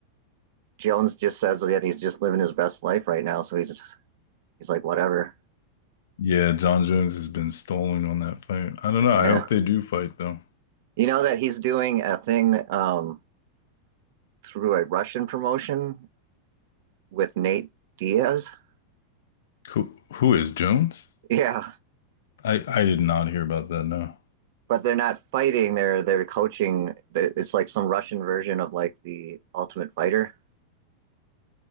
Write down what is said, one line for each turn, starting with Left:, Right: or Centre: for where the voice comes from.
Right: Jones just says that he's just living his best life right now. So he's just, he's like whatever.
Left: Yeah, John Jones has been stalling on that fight. I don't know.
Right: Yeah,
Left: I hope they do fight though.
Right: you know that he's doing a thing um, through a Russian promotion with Nate Diaz. <laughs>
Left: Who who is Jones?
Right: Yeah,
Left: I I did not hear about that. No,
Right: but they're not fighting. They're they're coaching. It's like some Russian version of like the Ultimate Fighter.